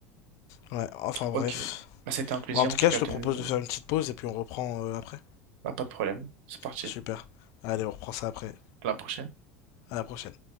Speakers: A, on the left; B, on the right.
A: ouais. Enfin, bref.
B: Ok. Bah, c'était un plaisir,
A: Bon, en tout
B: en tout
A: cas,
B: cas,
A: je te
B: de...
A: propose de faire une petite pause et puis on reprend euh, après.
B: Bah, pas de problème. C'est parti.
A: Super. Allez, on reprend ça après.
B: À la prochaine.
A: À la prochaine.